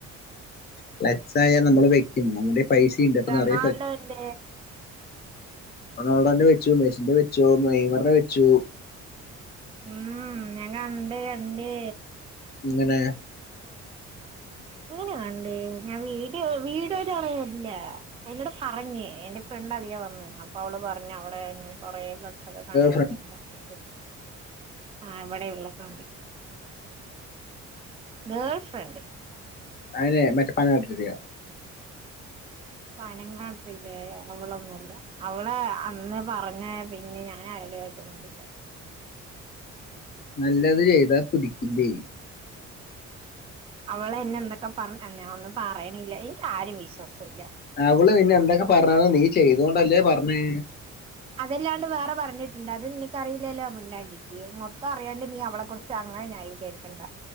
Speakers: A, on the left; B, on the right.
A: ഫ്ലക്സ് ആയാൽ നമ്മൾ വെക്കും നമ്മുടെ പൈസ ഉണ്ട് അപ്പൊ
B: റൊണാൾട.
A: നിറയെ
B: ഉണ്ട്.
A: റെണാൾഡേന്റെ വെച്ചു, മെസ്സിന്റെ വെച്ചു, നെയ്മറിന്റെ വെച്ചു.
B: ഉം ഞാൻ കണ്ടേ, കണ്ടേ.
A: എങ്ങനെ?
B: എങ്ങനെ കണ്ടേ ഞാൻ വീഡിയോ വീഡിയോലു അവള് വരില്ല. എന്നോട് പറഞ്ഞ്. എന്റെ ഫ്രണ്ട് അതിലേ വന്നേ. അപ്പ അവള് പറഞ്ഞ് അവടെ ഇങ്ങനെ. കൊറെ ഫ്ലക്ക്സ് ഒക്കെ കണ്ടായിരുന്നു
A: ഫ്രണ്ട്
B: <unintelligible> ആഹ് ഇവിടെ ഉള്ളൊക്കെ ഉണ്ട്. Girlfriend.
A: അയിനേ മെറ്റ് <unintelligible>
B: പനങ്ങാട്ടില്ലേ, അവളൊന്നും അല്ല. അവളെ അന്ന് പറഞ്ഞ് പിന്നെ ഞാൻ അയാളു ആയിട്ട് മുണ്ടില്ല.
A: നല്ലെത് ചെയ്താ പിടിക്കില്ലേ.
B: അവള് എന്നെ എന്തൊക്കെ പറഞ്ഞു ഞാൻ ഒന്നും പറയണില്ല എനിക്ക് ആരിം വിശ്വാസില്ല.
A: അവള് നിന്നെ എന്തൊക്കെ പറഞ്ഞാലും നീ ചെയ്തോണ്ടല്ലേ പറഞ്ഞേ.
B: അതല്ലാണ്ട് വേറെ പറഞ്ഞ്ട്ട്ണ്ട് അത് നിനക്കറിയില്ലല്ലോ മിണ്ടാണ്ടിരിക്ക് മൊ ഇപ്പ അറിയാണ്ട് നീ അവളെക്കുറിച്ച് അങ്ങനെ ന്യായീകരികണ്ട.